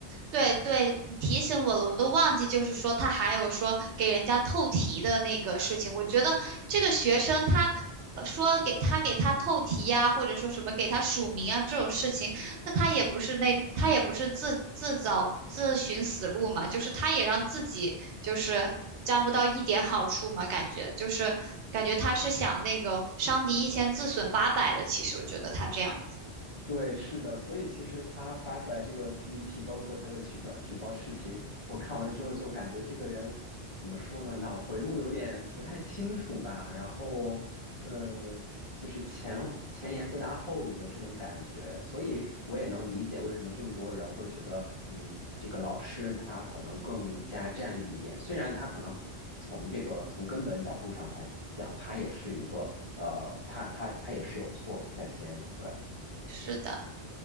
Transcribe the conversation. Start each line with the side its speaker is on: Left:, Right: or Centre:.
Right: 对对，你提醒我了，我都忘记，就是说他还有说给人家透题的那个事情。我觉得这个学生他呃说给他给他透题呀、或者说什么给他署名啊这种事情，那他也不是那他也不是自自找自寻死路嘛，就是他也让自己就是沾不到一点好处嘛，感觉就是感觉他是想那种伤敌一千自损八百的，其实我觉得他这样子，
Left: 对，是的，所以其实他发出来这个 PPT，包括他的举报举报视频，我看完之后就感觉这个人怎么说呢，脑回路有点不太清楚吧，然后呃，就是前前言不搭后语的这种感觉，所以我也能理解为什么这么多人会觉得，嗯，这个老师他可能更加占理一点，虽然他可能从这个从根本角度上来讲，他也是一个呃，他他他也是有错在先，对。
Right: 是的。